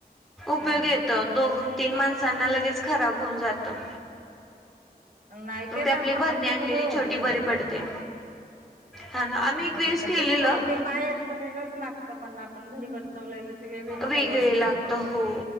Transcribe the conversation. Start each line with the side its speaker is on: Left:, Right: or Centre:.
Right: हा
Centre: उपयोगी येत दोन तीन माणसांना लगेच खराब होऊन जातं.
Right: नाही
Centre: मग
Right: त्याला
Centre: ते आपली
Right: आम-
Centre: बरणी
Right: आमचं
Centre: आणलेली
Right: तर नाही होत
Centre: छोटी
Right: खराब
Centre: बरी
Right: काय
Centre: पडते.
Right: नाही
Centre: हा ना आम्ही एक
Right: नाही
Centre: वेळेस
Right: पण
Centre: केलेलं
Right: ते छो बाहेरच वेगळंच लागतं पण आपण घरी बनवलेलं ची वेगळीच
Centre: वेगळे
Right: चव असते
Centre: लागत हो